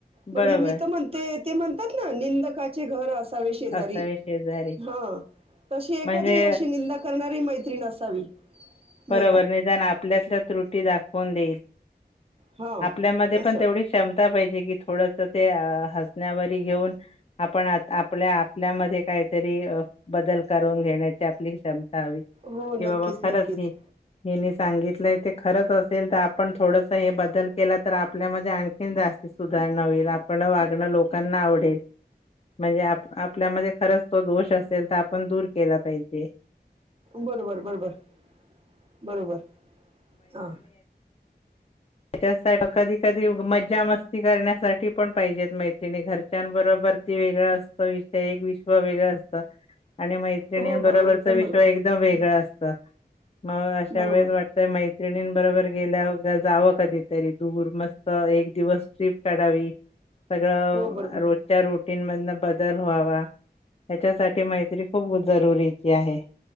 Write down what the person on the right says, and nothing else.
म्हणजे
मी तर म्हणते ते म्हणतात ना, निंदकाचे घर असं शेजारी
हा तशी एखादी
अशी निंदा येणारी मैत्री असावी.
नाही का?
हां,
असं.
हो, नक्कीच,
नक्कीच.
बरोबर बरोबर बरोबर हा
हो, बरोबर,
एकदम
बरोबर.
हं,
बरोबर.
हो, बरोबर.